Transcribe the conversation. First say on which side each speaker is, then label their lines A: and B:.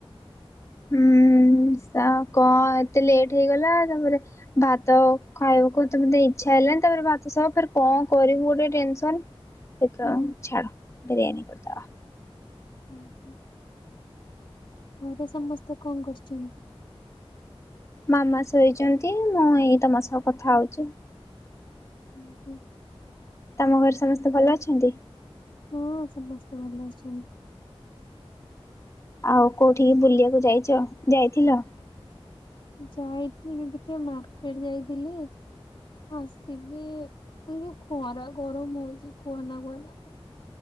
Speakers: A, on the left; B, on the left.
A: ହୁଁ ସା କ ଏତେ ଲେଟ୍ ହେଇଗଲା ତାପରେ ଭାତ ଖାଇବାକୁ ତ ମତେ ଇଚ୍ଛା ହେଲାଣିି ତାପରେ ଭାତ ସବ ଫ କଣ କରିବୁ ଗୋଟେ ଟେନସନ। ସେ ତ
B: ହୁଁ।
A: ଛାଡ଼ ବିରିୟାନୀ କରିଦବା।
B: ହୁଁ ହୁଁ। ଘରେ ସମସ୍ତେ କଣ କରୁଛନ୍ତି?
A: ମାମା ଶୋଇଛନ୍ତି ମୁଁ ଏଇ ତମ ସହ କଥା ହଉଛି।
B: ଉଁ ହୁଁ।
A: ତମ ଘରେ ସମସ୍ତେ ଭଲ ଅଛନ୍ତି?
B: ହଁ ସମସ୍ତେ ଭଲ ଅଛନ୍ତି।
A: ଆଉ କୋଉଠିକି ବୁଲିବାକୁ ଯାଇଛ ଯାଇଥିଲ?
B: ଯାଇଥିଲି ଟିକେ ମାର୍କେଟ ଯାଇଥିଲି। ଆସିକି ଏଇ ଯୋଉ ଖରା ଗରମ ହଉଛି କୁହନା କୁହନା।